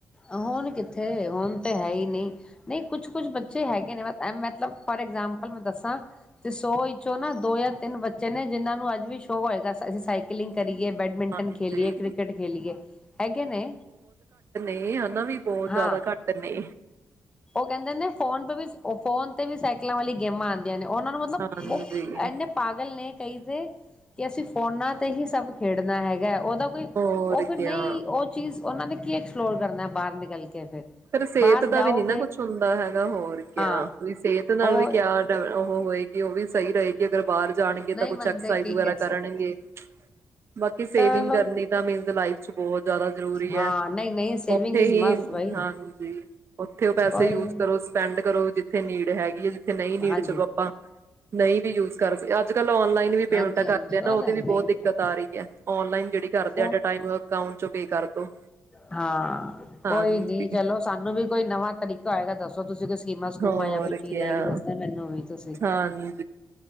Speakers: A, on the left; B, on the right.
A: ਹੁਣ ਕਿੱਥੇ ਹੁਣ ਤੇ ਹੈ ਈ ਨਈ। ਨਈ ਕੁਛ-ਕੁਛ ਬੱਚੇ ਹੈਗੇ ਨੇ ਮਤ ਐ ਮਤਲਬ ਫੋਰ ਐਗਜਾਮਪਲ ਮੈਂ ਦੱਸਾਂ ਤੇ ਸੌ ਵਿੱਚੋਂ ਨਾ ਦੋ ਯਾਂ ਤਿੰਨ ਬੱਚੇ ਨੇ ਜਿੰਨਾਂ ਨੂੰ ਅੱਜ ਵੀ ਸ਼ੌਕ ਹੋਏਗਾ ਅਸ ਅਸੀ ਸਾਈਕਲਿੰਗ ਕਰੀ ਏ, ਬੈਡਮਿੰਟਨ
B: ਹਾਂਜੀ
A: ਖੇਲੀਏ, ਕ੍ਰਿਕਟ ਖੇਲੀਏ ਹੈਗੇ ਨੇ।
B: ਇਹ ਹੂੰਦਾ ਵੀ ਬਹੁਤ
A: ਹਾਂ
B: ਜ਼ਿਆਦਾ ਘੱਟ ਨੇ।
A: ਕਹਿੰਦੇ ਨੇ ਫੋਨ ਪੇ ਵੀ ਉਹ ਫੋਨ ਤੇ ਵੀ ਸਾਈਕਲਾਂ ਵਾਲੀ ਗੇਮਾਂ ਆਂਦੀਆਂ ਨੇ। ਔਨਾਂ ਨੂੰ ਮਤਲਬ
B: ਹਾਂਜੀ
A: ਔ ਐਨੇ ਪਾਗਲ ਨੇ ਕਈ ਤੇ ਕਿ ਅਸੀਂ ਫੋਨਾ ਤੇ ਹੀ ਸਭ ਖੇਡਣਾ ਹੈਗੈ ਔ ਦਾ ਕੋਈ
B: ਹੋਰ
A: ਔ ਫਿਰ
B: ਕਿਆ
A: ਨਈ ਔ ਚੀਜ਼ ਔਨਾਂ ਨੇ ਕੀ ਐਕਸ ਪਲੋਰ ਕਰਨੈ ਬਾਹਰ ਨਿਕਲ ਕੇ ਫਿਰ
B: ਫੇਰ ਸੇਤ
A: ਬਾਹਰ
B: ਦਾ
A: ਜਾਓਗੇ
B: ਵੀ ਨੀ ਨਾ ਕੁਛ ਹੁੰਦਾ ਹੈਗਾ ਹੋਰ ਕਿਆ
A: ਹਾਂ
B: ਵੀ ਸੇਤ ਨਾਲ
A: ਉਹ
B: ਵੀ ਕਿਆ <unintelligible> ਔ ਹੋਏਗੀ ਉਹ ਵੀ ਸਈ ਰਏਗੀ ਅਗਰ ਬਾਹਰ ਜਾਣਗੇ
A: ਨਹੀਂ
B: ਤਾਂ ਕੁਛ
A: ਮੰਨਦੇ
B: ਐਕਸਸਾਈਜ਼
A: ਕੀ
B: ਵਗੈਰਾ
A: ਕਹਿ
B: ਕਰਣਗੇ,
A: ਸਕਦੇ
B: ਬਾਕੀ ਸੇਵਿੰਗ
A: ਚਲੋ
B: ਕਰਨੀ ਤਾਂ ਮੀਨਸ ਲਾਈਫ ਚ ਬਹੁਤ ਜ਼ਿਆਦਾ ਜ਼ਰੂਰੀ
A: ਹਾਂ
B: ਐ।
A: ਨਹੀਂ ਨਹੀਂ ਸੇਵਿੰਗ
B: ਉੱਥੇ
A: ਇਜ਼
B: ਈ
A: ਮਸਟ ਬਾਈ
B: ਹਾਂਜੀ, ਉੱਥੇ ਔ ਪੈਸੇ
A: ਕੋਈ
B: ਯੂਜ ਕਰੋ, ਸਪੈਂਡ ਕਰੋ ਜਿ ਥੇ ਨੀਡ ਹੈਗੀ ਏ ਥੇ ਨਈ ਨੀਡ
A: ਹਾਂਜੀ
B: ਚਲੋ ਆਪਾਂ ਨਈ ਵੀ ਯੂਜ ਕਰ ਸਕ ਅੱਜ ਕੱਲ ਔਨਲਾਈਨ ਵੀ ਪੇਮਂਟਾ
A: ਹਾਂਜੀ
B: ਕਰਦੇ
A: ਹਾਂਜੀ
B: ਆ
A: ਉਹ
B: ਨਾ ਉਹਦੀ
A: ਤਾਂ
B: ਵੀ
A: ਹੈਗਾ
B: ਬਹੁਤ
A: ਹੀ
B: ਦਿੱਕਤ
A: ਹੈ
B: ਆ ਰੀ ਐ। ਔਨਲਾਈਨ ਜੇੜੀ ਕਰਦੇ
A: ਚਲ
B: ਆ ਐਟ ਏ ਟਾਈਮ ਅਕਾਉਂਟ ਚੋਂ ਪੇ ਕਰਦੋ।
A: ਹਾਂ
B: ਹਾਂ।
A: ਕੋਈ ਨੀ ਚਲੋ ਸਾਨੂੰ ਵੀ ਕੋਈ ਨਵਾਂ ਤਰੀਕਾ ਹੋਏਗਾ ਦੱਸੋ ਤੁਸੀਂ ਕਿਸ ਸਕੀਮਾ ਸਕੂਮਾ
B: ਹੋਰ
A: ਯਾਂ ਕੋਈ ਚੀਜ਼
B: ਕਿਆ
A: ਆਏਗੀ ਦੱਸਦਾ ਮੈਨੂੰ ਵੀ ਤੁਸੀ
B: ਹਾਂਜੀ